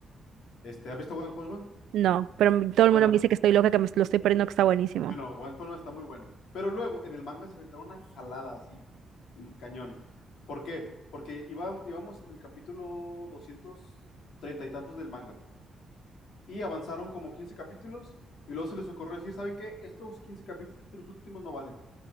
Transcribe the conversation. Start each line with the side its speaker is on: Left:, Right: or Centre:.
Left: Este, ¿has visto One Punch Man?
Right: No, pero m- todo el
Left: Bueno,
Right: mundo me dice que estoy loca, que me lo estoy perdiendo, que está buenísimo.
Left: bueno, One Punch Man está muy bueno. Pero luego en el manga se inventaron una jalada así, mm, cañón. ¿Por qué? Porque iba- íbamos en el capítulo doscientos treinta y tantos del manga. Y avanzaron como 15 capítulos y luego se les ocurrió decir, ¿saben qué? Estos 15 capítulos últimos no valen.